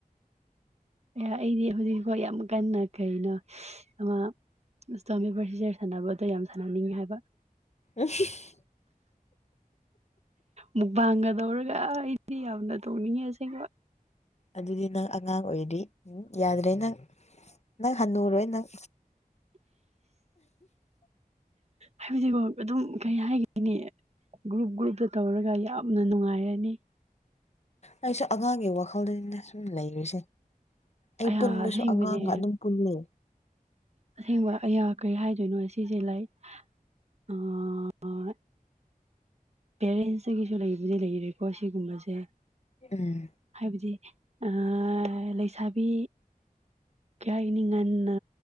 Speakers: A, on the right (about 45°); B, on the left (about 45°).
A: ꯑꯦ ꯑꯩꯗꯤ ꯍꯧꯖꯤꯛꯐꯥꯎ ꯌꯥꯝ ꯀꯟꯅ ꯀꯩꯅꯣ ꯑꯃ ꯁ꯭ꯇꯣꯝ ꯄꯦꯄꯔ ꯁꯤꯖꯔ ꯁꯥꯟꯅꯕꯗꯣ ꯌꯥꯝ ꯁꯥꯟꯅꯅꯤꯡꯉꯦ ꯍꯥꯏꯕ
B: <unintelligible>
A: ꯃꯨꯛꯕꯥꯡꯒ ꯗꯧꯔꯒ ꯑ ꯑꯩꯗꯤ ꯌꯥꯝꯅ ꯇꯧꯅꯤꯡꯉꯦ ꯑꯁꯦꯡꯕ
B: ꯑꯗꯨꯗꯤ ꯅꯪ ꯑꯉꯥꯡ ꯑꯣꯏꯔꯤ ꯎꯝ ꯌꯥꯗ꯭ꯔꯦ ꯅꯪ ꯅꯪ ꯍꯟꯅꯨꯔꯣꯏ ꯅꯪ
A: ꯍꯥꯏꯕꯗꯤꯀꯣ ꯑꯗꯨꯝ ꯀꯩ ꯍꯥꯏꯒꯤꯅꯤ ꯒ꯭ꯔꯨꯞ ꯒ꯭ꯔꯨꯞꯇ ꯇꯧꯔꯒ ꯌꯥꯝꯅ ꯅꯨꯡꯉꯥꯏꯔꯅꯤ
B: ꯑꯩꯁꯨ ꯑꯉꯥꯡꯒꯤ ꯋꯥꯈꯜꯗꯅꯤꯗ ꯁꯨꯝ ꯂꯩꯔꯤꯁꯦ ꯑꯩ
A: ꯑꯌꯥ
B: ꯄꯨꯟꯕꯁꯨ
A: ꯑꯁꯦꯡꯕꯅꯦ
B: ꯑꯉꯥꯡꯒ ꯑꯗꯨꯝ ꯄꯨꯜꯂꯦ
A: ꯑꯁꯦꯡꯕ ꯑꯌꯥ ꯀꯔꯤ ꯍꯥꯏꯗꯣꯏꯅꯣ ꯑꯁꯤꯁꯦ ꯂꯥꯢꯛ ꯑꯥ ꯄꯦꯔꯦꯟꯁꯇꯒꯤꯁꯨ ꯂꯩꯕꯨꯗꯤ ꯂꯩꯔꯦꯀꯣ ꯑꯁꯤꯒꯨꯝꯕꯁꯦ
B: ꯎꯝ
A: ꯍꯥꯏꯕꯗꯤ ꯑ ꯂꯩꯁꯥꯕꯤ ꯀꯩ ꯍꯥꯏꯒꯅꯤ ꯉꯟꯅ